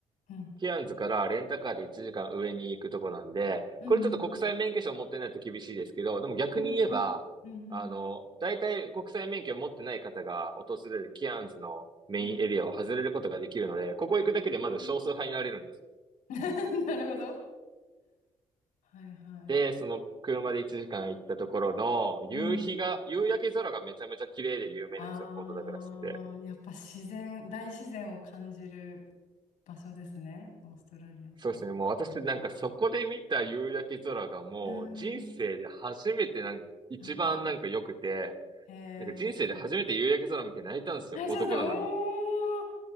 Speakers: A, on the left; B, on the right.
A: うん。
B: ケアンズからレンタカーで1時間上に行くとこなんで、
A: うんうん
B: これちょっと国際免許証持ってないと厳しいですけど、でも逆に言えば、
A: うんうんうんう
B: あの、大体国際免許を持ってない方が訪れるケアンズのメインエリアを外れることができるので、
A: んうん。
B: ここ行くだけでまず少数派になれるんですよ
A: うん <laughs> なるほど。はいはい。
B: で、その車で1時間行ったところの、夕日が、
A: うん。
B: 夕焼け空がめちゃめちゃ綺麗で有名なんですよ、
A: ああ、
B: ポートダグラスって。
A: やっぱ自然、大自然を感じる場所ですね。オーストラリアって。
B: そうですね、もう私なんかそこで見た夕焼け空がもう人生で初めてなんか、
A: うん。
B: 一番なんか良くて、
A: あーへえ。
B: なんか人生で初めて夕焼け空見て泣いたんですよ、
A: はい、
B: 男なのに。
A: ちょっと、
B: い
A: おー、